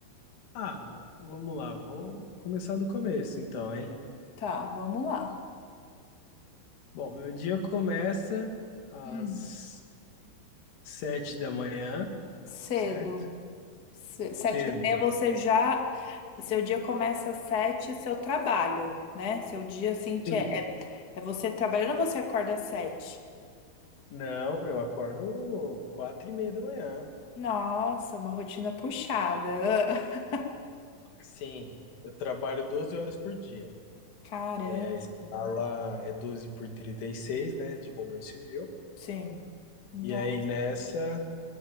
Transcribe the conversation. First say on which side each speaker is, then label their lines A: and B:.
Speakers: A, on the left; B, on the left.
A: Ah, vamos lá, vou começar do começo então, hein?
B: Tá, vamos lá.
A: Bom, meu dia começa às
B: Hum.
A: sete da manhã,
B: Cedo.
A: certo?
B: Se- Sete
A: Cedo.
B: da meia você já. Seu dia começa às sete, seu trabalho, né? Seu dia assim que
A: Sim,
B: é, é você trabalhando, você acorda às sete.
A: Não, eu acordo quatro e meia da manhã.
B: Nossa, uma rotina puxada. <laughs> Ah,
A: Sim, eu trabalho 12 horas por dia.
B: Caramba.
A: É, a escala é 12 por trinta e seis né, de bombeiro civil.
B: Sim. Nossa.
A: E aí nessa,